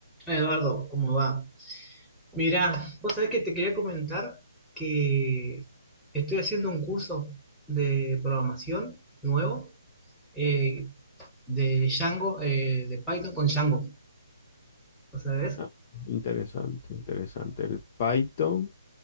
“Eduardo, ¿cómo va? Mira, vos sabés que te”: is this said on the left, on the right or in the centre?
Centre